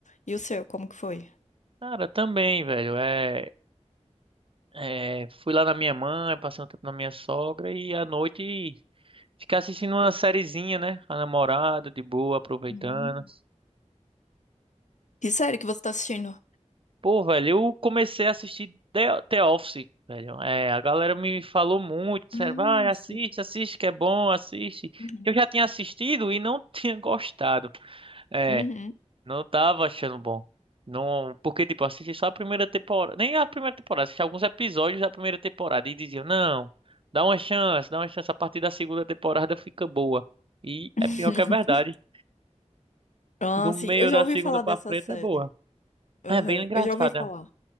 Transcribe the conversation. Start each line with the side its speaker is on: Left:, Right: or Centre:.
Left: E o seu, como que foi?
Right: Cara, também, velho. É, é, fui lá na minha mãe, passei um tempo na minha sogra e à noite ficar assistindo uma sériezinha, né? Com A namorada, de boa, aproveitando.
Left: Hum. Que série que você tá assistindo?
Right: Pô, velho, eu comecei a assistir The, The Office, velho. É, a galera me falou muito, disseram,
Left: Ah,
Right: vai, assiste,
Left: sei.
Right: assiste, que é bom, assiste.
Left: Uhum.
Right: Eu já tinha assistido e não <laughs> tinha gostado. É,
Left: Uhum.
Right: Não tava achando bom. Não, porque tipo, eu assisti só a primeira temporada, nem a primeira temporada, assisti alguns episódios da primeira temporada e diziam: "Não, dá uma chance, dá uma chance, a partir da segunda temporada fica boa". E
Left: <laughs>
Right: é pior que a verdade.
Left: Ah,
Right: Do meio
Left: sim, eu já
Right: da
Left: ouvi
Right: segunda
Left: falar
Right: pra
Left: dessa
Right: frente
Left: série.
Right: é boa.
Left: Aham,
Right: É bem engraçada.
Left: Eu já ouvi falar.